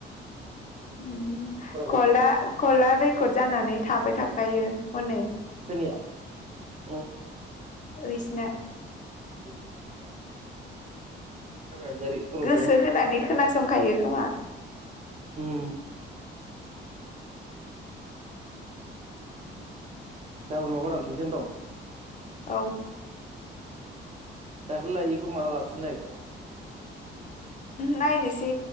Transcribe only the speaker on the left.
उम
कलदा कलदा रेकर्ड जानानै थाबाय थाखायो हनै।
ओइसना
गोसो होनानै खोनासंखायो खोमा?
औ
नायनोसै